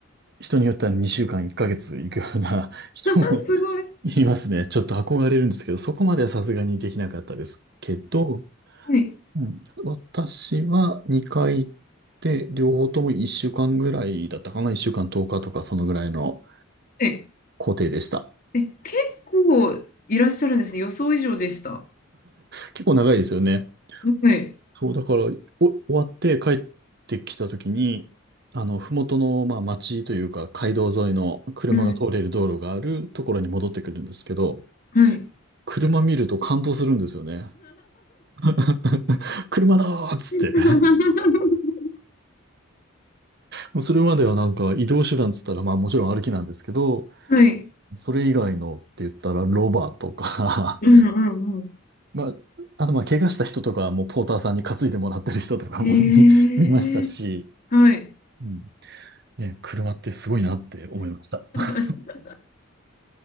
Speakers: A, on the right; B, on the left.
A: 人によっては2週間1ヶ月行くような <laughs> 人も
B: <laughs> すごい。
A: いますね。ちょっと憧れるんですけど、そこまではさすがにできなかったですけど、
B: はい。
A: うん、私は2回行って、両方とも1週間ぐらいだったかな ?1 週間10日とかそのぐらいの
B: え、
A: 行程でした。
B: え、結構いらっしゃるんですね。予想以上でした。
A: 結構長いですよね。
B: はい。
A: そう、だから、お終わって帰ってきた時に、あの、ふもとの、まあ、町というか、街道沿いの車が通れる道路があるところに戻ってくるんですけど、
B: うん。はい。
A: 車見ると感動するんですよね。<laughs> 車だーっつって。
B: <laughs>
A: もうそれまではなんか移動手段っつったら、まあもちろん歩きなんですけど、
B: はい。
A: それ以外のって言ったら、ロバとか
B: うんうんうん。
A: <laughs> まあ、あと、まあ、怪我した人とかはも、ポーターさんに担いでもらってる人とかも
B: ええ
A: <laughs> 見、見ましたし、
B: はい。
A: うん。ね、車ってすごいなって思いました。<laughs>
B: <laughs>